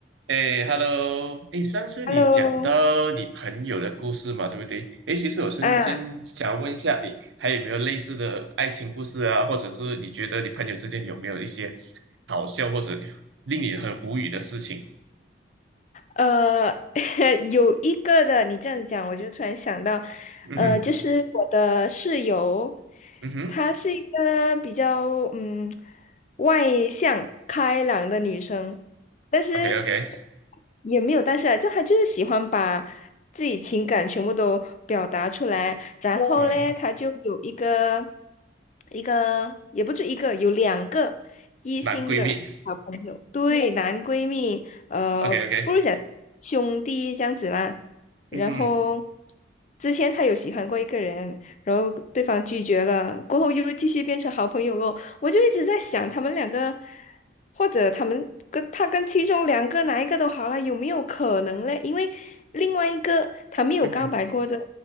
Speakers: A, on the right; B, on the left.
A: 哎，Hello，哎，上次你讲到你朋友的故事嘛，
B: Hello，
A: 对不对？哎，其实我瞬间想问一下，
B: 啊，
A: 你还有没有类似的爱情故事啊？或者是你觉得你朋友之间有没有一些好笑或者令你很无语的事情？
B: 呃，<laughs> 有一个的，你这样讲，我就突然想到，
A: 嗯哼，
B: 呃，就是我的室友，
A: 嗯哼
B: 她是一个比较嗯外向开朗的女生，但是
A: ，OK，OK，OK，
B: 也没有但是啊，就她就是喜欢把自己情感全部都表达出来，然嗯后嘞，
A: 哦，
B: 她就有一个一个也不止一个，有两个一心的。
A: 男闺蜜
B: 好朋友，对，男闺蜜，呃，
A: ，OK，OK，
B: 不如讲兄弟这样子啦。然后
A: 嗯哼，
B: 之前他有喜欢过一个人，然后对方拒绝了，过后又继续变成好朋友哦。我就一直在想，他们两个，或者他们跟他跟其中两个哪一个都好啦，有没有可能嘞？因为另外一个他没有告白过的，
A: 嗯哼